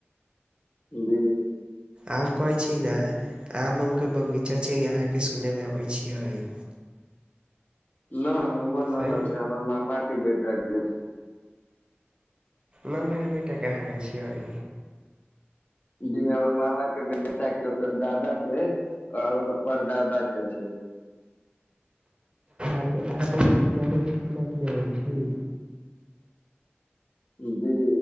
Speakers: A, on the left; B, on the right.
A: जी
B: आओर कहै छी न आम आम के बगीचा छै यहा के सुने मे अबे छिये
A: नहि हमर ने
B: सही
A: ना छै हमर मामा के बेटा के
B: नानाके बेटा कहां के छियै
A: जी हमर मामा के बेटा के ओकर दादा के आओर ओकर परदादा के छै
B: अके आम आर खियाबै छी कि नहि खियाबै छी
A: जी उ